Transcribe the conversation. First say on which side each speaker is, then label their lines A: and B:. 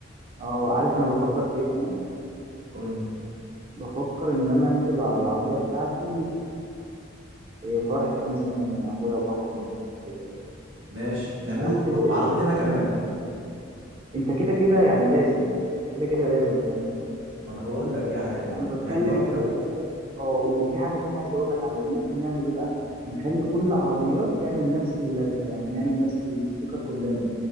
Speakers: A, on the right; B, on the right.
A: اه عارف انا بفكر في ايه كمان
B: قول لي
A: بفكر ان انا اكتب على العربية بتاعتي إيه، فرحة مثلا اخويا بحر مثلا كده
B: ماشي نعمله
A: اكتب
B: ك- ب-
A: اسمه
B: وعربيتي انا كمان
A: انت كده كده يعني لازم انت كده كده لازم تعملها
B: ما انا بقول لك يعني
A: انا بتكلم
B: نعملوها كده
A: انا بتكلم اه وفي حاجه تانية عايز اقول لك عليها ممكن نعمل ايه بقى نخلي كل العربيات تعمل نفس اللزقه يعني نعمل نفس الستيكر كلنا